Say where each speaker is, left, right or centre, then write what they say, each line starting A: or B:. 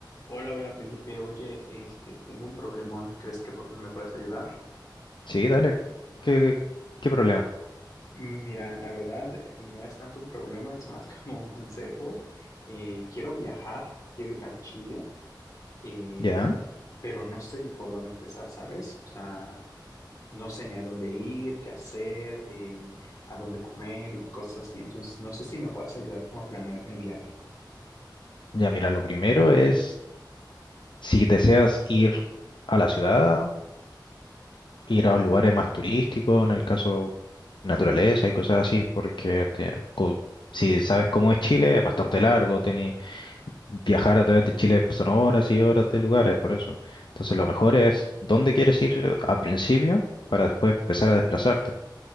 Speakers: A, on the left; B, on the left.
A: Hola, hola Felipe. Oye, este, tengo un problemón. ¿Crees que po- me puedes ayudar?
B: Sí, dale. ¿Qué, qué qué problema?
A: Mira, la verdad eh, no es tanto un problema, es más <laughs> como un consejo. Eh, quiero viajar, quiero ir a Chile, eh,
B: Ya,
A: pero no sé ni por dónde empezar, ¿sabes? O sea, no sé ni a dónde ir, qué hacer, eh, a dónde comer y cosas así. Entonces, no sé si me puedas ayudar como a planear mi viaje,
B: ya mira, lo primero es si deseas ir a la ciudad, ir a lugares más turísticos, en el caso naturaleza y cosas así, porque te- co- si sabes cómo es Chile, es bastante largo, teni- viajar a través de Chile son horas y horas de lugares, por eso. Entonces lo mejor es dónde quieres ir al principio para después empezar a desplazarte.